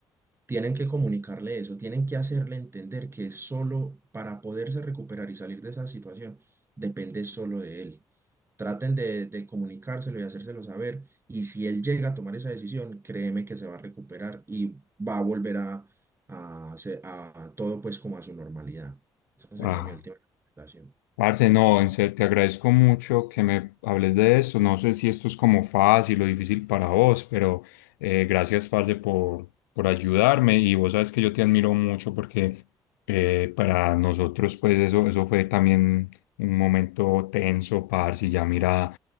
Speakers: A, on the right; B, on the left.
A: tienen que comunicarle eso, tienen que hacerle entender que solo para poderse recuperar y salir de esa situación depende solo de él. Traten de, de comunicárselo y hacérselo saber y si él llega a tomar esa decisión, créeme que se va a recuperar y va a volver a, a, se- a todo pues como a su normalidad. Esa sería
B: Ah.
A: mi última recomendación.
B: Parce, no, en serio, te agradezco mucho que me hables de esto. No sé si esto es como fácil o difícil para vos, pero eh, gracias, parce, por, por ayudarme. Y vos sabes que yo te admiro mucho porque eh, para nosotros, pues, eso, eso fue también un momento tenso, parce, y ya mira